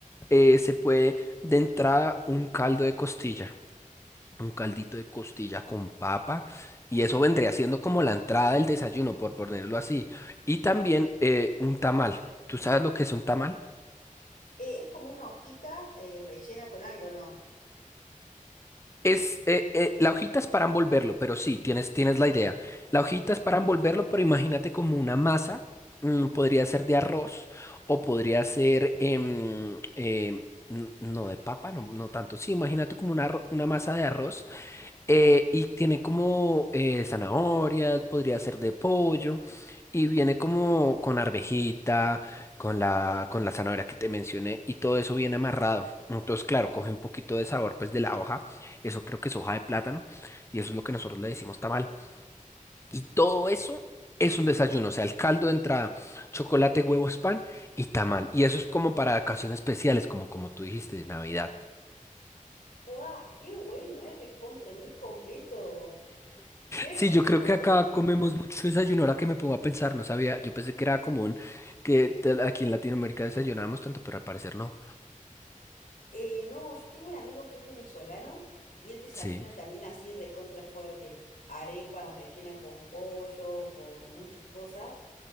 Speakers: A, on the left (about 20°); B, on the left (about 80°).
A: eh, se puede de entrada un caldo de costilla, un caldito de costilla con papa, y eso vendría siendo como la entrada del desayuno, por ponerlo así, y también eh, un tamal. ¿Tú sabes lo que es un tamal?
B: Eh, es como una hojita eh, rellena con algo, ¿no?
A: Es, eh, eh, la hojita es para envolverlo, pero sí, tienes, tienes la idea. La hojita es para envolverlo, pero imagínate como una masa, mm, podría ser de arroz o podría ser, em, em, n- no de papa, no, no tanto. Sí, imagínate como una, arro- una masa de arroz eh, y tiene como eh, zanahorias, podría ser de pollo, y viene como con arvejita, con la, con la zanahoria que te mencioné, y todo eso viene amarrado. Entonces, claro, coge un poquito de sabor pues de la hoja, eso creo que es hoja de plátano, y eso es lo que nosotros le decimos tamal. Y todo eso es un desayuno, o sea, el caldo de entrada, chocolate, huevos, pan y tamal. Y eso es como para ocasiones especiales, como, como tú dijiste, de Navidad.
B: ¡Guau! ¡Qué bueno! Es recontra mí completo. ¡Qué
A: Sí,
B: rico!
A: yo creo que acá comemos mucho desayuno. Ahora que me pongo a pensar, no sabía, yo pensé que era común que tal- aquí en Latinoamérica desayunábamos tanto, pero al parecer no.
B: Eh, no, yo tengo un amigo que es venezolano y él desayuna
A: Sí.
B: también así recontra fuerte. Arepa rellena con pollo, con muchas cosas.